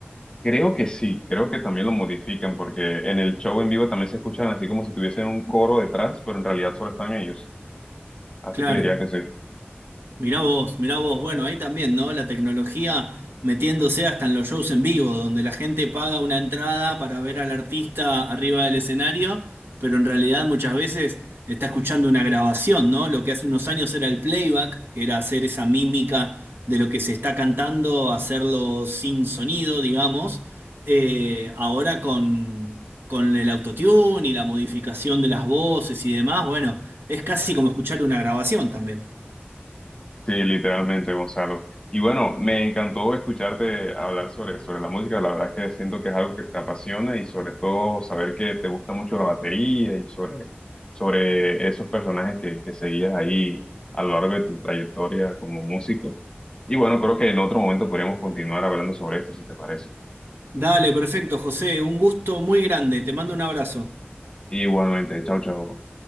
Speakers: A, on the left; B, on the right.
A: Creo que sí, creo que también lo modifican porque en el show en vivo también se escuchan así como si tuviesen un coro detrás, pero en realidad solo están ellos. Así
B: Claro,
A: que diría que sí.
B: mirá vos, mirá vos, bueno, ahí también, ¿no? La tecnología metiéndose hasta en los shows en vivo, donde la gente paga una entrada para ver al artista arriba del escenario, pero en realidad muchas veces está escuchando una grabación, ¿no? Lo que hace unos años era el playback, que era hacer esa mímica de lo que se está cantando, hacerlo sin sonido, digamos. Eh, ahora con, con el autotune y la modificación de las voces y demás, bueno, es casi como escuchar una grabación también.
A: Sí, literalmente, Gonzalo. Y bueno, me encantó escucharte hablar sobre, sobre la música. La verdad que siento que es algo que te apasiona y sobre todo saber que te gusta mucho la batería y sobre, sobre esos personajes que, que seguías ahí a lo largo de tu trayectoria como músico. Y bueno, creo que en otro momento podríamos continuar hablando sobre esto, si te parece.
B: Dale, perfecto, José. Un gusto muy grande. Te mando un abrazo.
A: Igualmente, chao, chao.